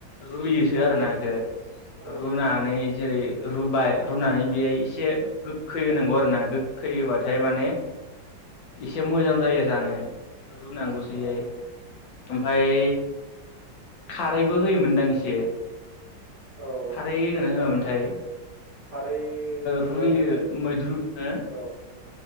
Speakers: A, on the left; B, on the right.
A: रुयोसो
B: औ
A: आरो ना बेखौ
B: औ
A: रुनानै जेरै रुबाय रुनानै बेहाय एसे गोखै होनांगौ आरो ना गोखै होबाथाय माने एसे मोजां जायो जानो रुनांगौसैहाय
B: औ
A: ओमफाय
B: उम
A: खारैबो होयोमोनदां इसे
B: औ
A: खारै होगोना होआमोनथाय?
B: औ खारै
A: रुइयो
B: होआमोन खालि नोंथां
A: मैद्रु हो
B: औ